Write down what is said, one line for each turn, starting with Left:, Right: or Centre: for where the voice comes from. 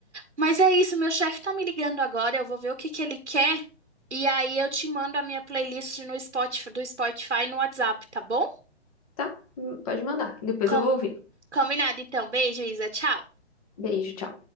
Right: Mas é isso, meu chefe tá me ligando agora, eu vou ver o que que ele quer e aí eu te mando a minha playlist no Spotify, do Spotify no WhatsApp, tá bom?
Left: Tá? Hum, Pode mandar. Depois
Right: Com-
Left: eu vou ouvir.
Right: combinado então. Beijo, Isa. Tchau.
Left: Beijo, tchau.